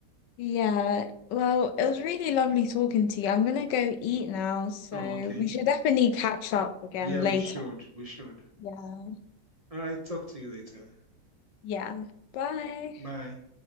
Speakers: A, on the left (about 75°); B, on the right (about 30°).
A: yeah. Well, it was really lovely talking to you. I'm gonna go eat now, so
B: Oh, okay.
A: we should definitely catch up again
B: Yeah,
A: later.
B: we should. We should.
A: Yeah.
B: All right, talk to you later.
A: Yeah. Bye.
B: Bye.